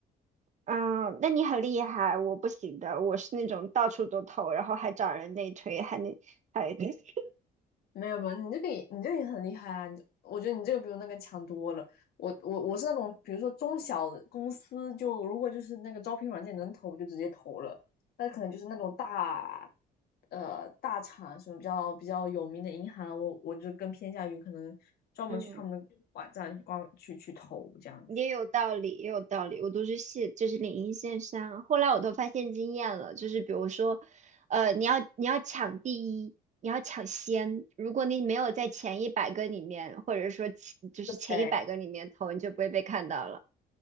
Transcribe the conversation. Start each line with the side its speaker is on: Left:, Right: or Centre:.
Right: 嗯，那你很厉害，我不行的，我是那种到处都投，然后还找人内推，还那还 <laughs>
Left: 没有没有，你这个也你这个也很厉害啊！你我觉得你这个比我那个强多了。我我我是那种，比如说中小的公司就，如果就是那个招聘软件能投，我就直接投了。但是可能就是那种大，呃，大厂什么比较比较有名的银行，我我就更偏向于可能专门去他们的网站去光去去投这样子。
Right: 嗯也有道理，也有道理。我都是线，就是领英线上，后来我都发现经验了，就是比如说，呃，你要你要抢第一，你要抢先。如果你没有在前一百个里面，或者说前就是前一百个里面投，
Left: 对，
Right: 你就不会被看到了